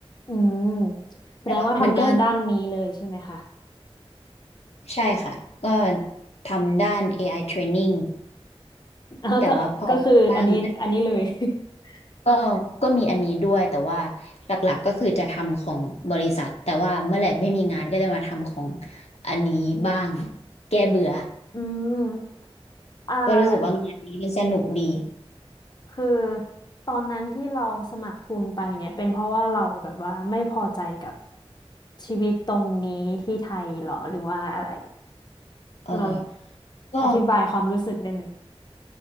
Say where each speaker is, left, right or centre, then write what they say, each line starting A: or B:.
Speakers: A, on the left (about 45°); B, on the left (about 85°).
A: อืมแสดงว่าทำงานด้านนี้เลยใช่ไหมคะ
B: แต่ว่ามันก็ใช่ค่ะก็ทำด้าน AI training
A: แล้วก็ก็คืออันนี้อันนี้เลย
B: แต่ว่าพอบ้าง
A: <laughs>
B: ก็ก็มีอันนี้ด้วยแต่ว่าหลักๆก็คือจะทำของบริษัทแต่ว่าเมื่อไหร่ไม่มีงานก็จะมาทำของอันนี้บ้างแก้เบื่อ
A: อืม อ่า
B: ก็รู้สึกว่างานนี้มันสนุกดี
A: คือตอนนั้นที่เราสมัครทุนไปเนี่ยเป็นเพราะว่าเราแบบว่าไม่พอใจกับชีวิตตรงนี้ที่ไทยเหรอหรือว่าอะไร
B: เออ
A: เรา
B: ก็
A: อธิบายความรู้สึกได้ไหม